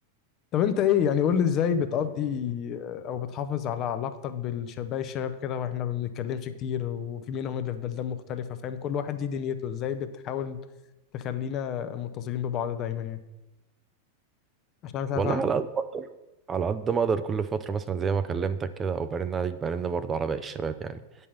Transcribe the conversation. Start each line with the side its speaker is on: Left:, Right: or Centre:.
Left: طب انت ايه يعني قول لي ازاي بتقضي او بتحافظ على علاقتك بالشباب الشباب كده واحنا ما بنتكلمش كتير وفي منهم اللي في بلدان مختلفه فاهم كل واحد ليه دنيته ازاي بتحاول تخلينا متصلين ببعض دايما يعني عشان انا مش عارف
Right: والله
Left: اعمل
Right: على
Left: ايه.
Right: قد ما اقدر على قد ما اقدر كل فتره مثلا زي ما كلمتك كده او برن عليك برن برضه على باقي الشباب يعني